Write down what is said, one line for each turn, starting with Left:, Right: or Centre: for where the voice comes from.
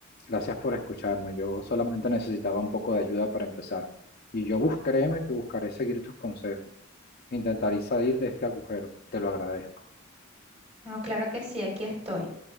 Left: Gracias por escucharme. Yo solamente necesitaba un poco de ayuda para empezar. Y yo bus, créeme que buscaré seguir tus consejos. Intentaré salir de este agujero. Te lo agradezco.
Right: No, claro que sí, aquí estoy.